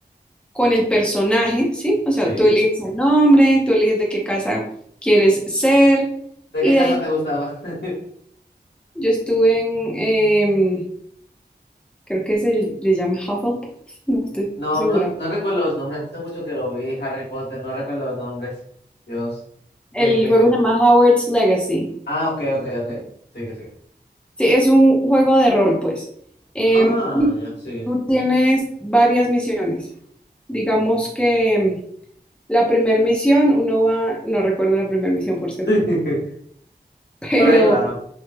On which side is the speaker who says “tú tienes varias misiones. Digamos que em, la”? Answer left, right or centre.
Centre